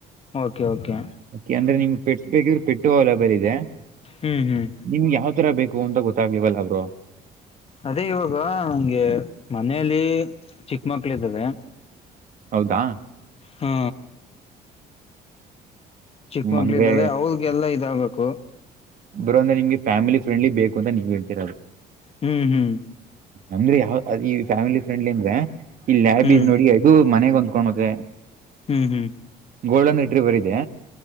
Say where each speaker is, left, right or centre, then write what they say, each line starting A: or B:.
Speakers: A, on the left; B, on the right.
A: ಓಕೆ ಓಕೆ
B: ಓಕೆಂದ್ರೆಮ್ <unintelligible> ಟ್ಸ್ಬೇಕ ಪೆಟ್ಟು ಹಲ ಬೇರೆ ಇದೆ
A: ಹ್ಮ್ ಹ್ಮ್
B: ನಿಮ್ಗೆ ಯಾವ ತರ ಬೇಕು ಅಂತ ಗೊತ್ತಾಗ್ಲಿವಲ್ಲ ಬ್ರೋ
A: ಅದೇ ಇವಾಗ ನಂಗೆ ಮನೇಲಿ ಚಿಕ್ಕ ಮಕ್ಳ ಇದ್ದಾವೆ
B: ಹೌದಾ
A: ಹಾ ಚಿಕ್ಕಮಕ್ಳೂ
B: ಅಂದ್ರೆ
A: ಇದ್ದ ಅವ್ರಿಗೆಲ್ಲ ಇದಾಗಬೇಕು
B: ಬ್ರೋ ನಿಮಗೆ ಫ್ಯಾಮಿಲಿ ಫ್ರಂಡ್ಲಿ ಬೇಕು ಅಂತ ಹೇಳ್ತಾ ಇರೋದು
A: ಹ್ಮ್ ಹ್ಮ್
B: ಅಂದ್ರೆ ಯಾವ ಈ ಫ್ಯಾಮಿಲಿ ಫ್ರೆಂಡ್ಲಿ ಅಂದ್ರೆ ಈ ಲ್ಯಾಬ್
A: ಹ್ಮ್
B: ಇದ ನೋಡಿ ಇದು ಮನೆಗ್ ಅಂದ್ಕೊಂಡ ಹ್ರೆ
A: ಹ್ಞ ಹ್ಮ್
B: ಗೋಲ್ಡನ್ಟ್ರಿ ಬರ್ ಇದೆ